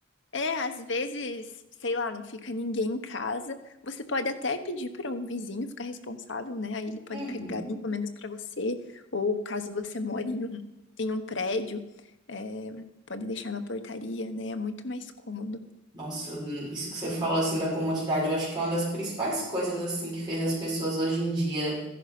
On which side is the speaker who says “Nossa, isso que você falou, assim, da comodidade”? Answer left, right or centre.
Right